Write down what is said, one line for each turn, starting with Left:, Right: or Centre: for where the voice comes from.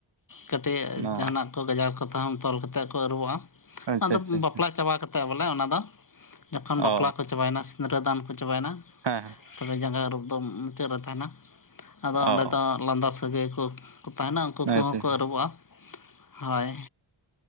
Left: ᱠᱟᱹᱴᱤᱡ
Right: ᱚ
Left: ᱡᱟᱦᱟᱱᱟᱜ ᱼᱼ ᱜᱟᱡᱟᱲ ᱠᱚ ᱛᱮ ᱛᱚᱞ ᱠᱟᱛᱮ ᱠᱚ ᱟᱹᱨᱩᱵᱚᱜᱼᱟ
Right: ᱟᱪᱪᱷᱟ
Left: ᱚᱱᱟᱫᱚ
Right: ᱟᱪᱪᱷᱟ ᱟᱪᱪᱷᱟ
Left: ᱵᱟᱯᱞᱟ ᱪᱟᱵᱟ ᱠᱟᱛᱮ ᱵᱚᱞᱮ ᱚᱱᱟ ᱫᱚ᱾ ᱡᱚᱠᱷᱚᱱ ᱵᱟᱯᱞᱟ
Right: ᱚ
Left: ᱠᱚ ᱪᱟᱵᱟᱭᱮᱱᱟ ᱥᱤᱸᱫᱨᱟᱹᱫᱟᱱ ᱠᱚ ᱪᱟᱵᱟᱭᱮᱱᱟ᱾
Right: ᱦᱮᱸ ᱦᱮᱸ
Left: ᱛᱚᱵᱮ ᱡᱟᱸᱜᱟ ᱟᱹᱨᱩᱵ ᱫᱚ ᱢᱩᱪᱟᱹᱫ ᱨᱮ ᱛᱟᱦᱮᱱᱟ ᱟᱫᱚ ᱚᱸᱰᱮ
Right: ᱚ
Left: ᱫᱚ ᱞᱟᱸᱫᱟ ᱥᱟᱹᱜᱟᱹᱭ ᱠᱚ ᱼᱼ ᱠᱚ ᱛᱟᱦᱮᱱᱟ ᱩᱱᱠᱩ ᱠᱚᱦᱚᱸᱠᱚ
Right: ᱟᱪᱪᱷᱟ ᱟᱪᱪᱷᱟ
Left: ᱟᱹᱨᱩᱵᱚᱜᱼᱟ ᱦᱳᱭ᱾